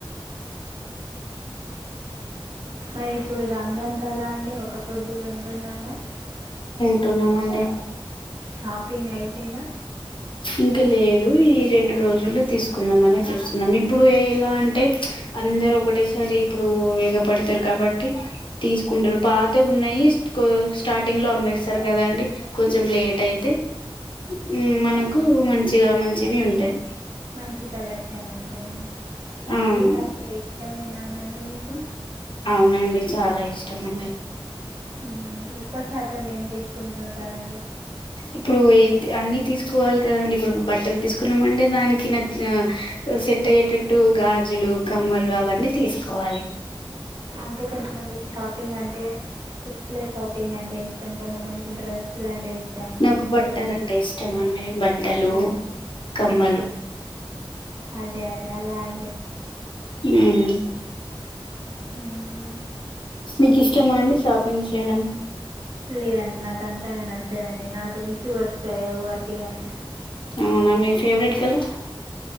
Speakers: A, on the right (about 60°); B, on the left (about 65°).
A: ఆ ఇప్పుడు రా రంజాన్ కదా అండి ఒక్క పొద్దులు ఉంటున్నారా
B: ఉంటున్నాం అండి.
A: షాపింగ్ అయిపోయిందా
B: ఇంకా లేదు ఈ రెండు రోజులు తీసుకుందాం అని చూస్తున్నాం ఇప్పుడు ఎలా అంటే అందరు ఒకటేసారి ఇప్పుడు ఎగపడతారు కాబట్టి తీసుకుంటారు పాతవి ఉన్నాయి స్టార్టింగ్ లో అమ్మేస్తారు కదండి. కొంచెం లేట్ అయితే మ్మ్ మన కు మంచిగా మంచివి ఉంటాయి.
A: మంచి కలెక్షన్ అండి. షాపింగ్
B: అవును
A: అంటే ఇష్టమేనానండి మీకు
B: అవునండి చాలా ఇష్టం అండి.
A: మ్మ్ ఎక్కువ శాతం ఏం తీసుకుంటుంటారండి.
B: ఇప్పుడు ఏ అన్ని తీసుకోవాలి కదండి. ఇప్పుడు బట్టలు తీసుకున్నామంటే దానికి నచ్చ సెట్ అయ్యేటట్టు గాజులు, కమ్మలు అవన్నీ తీసుకోవాలి.
A: అంటే కొంతమందికి షాపింగ్ అంటే చెప్పులే షాపింగ్ అంటే కొంది మందికి డ్రస్సులంటే ఇష్టం
B: నాకు
A: కొంత
B: బట్టలు
A: మంది
B: అంటే ఇష్టం అండి బట్టలు
A: ఆ
B: కమ్మలు
A: ఆ అదే అదే అలా <inaudible>
B: మ్మ్
A: హ్మ్.
B: మీకు ఇష్టమా అండి షాపింగ్ చేయడం
A: లేదండి నాకు అంతగా నచ్చదండి నాకు విసుగు వస్తది వట్టిగానే
B: అవునా మీ ఫేవరెట్ కలర్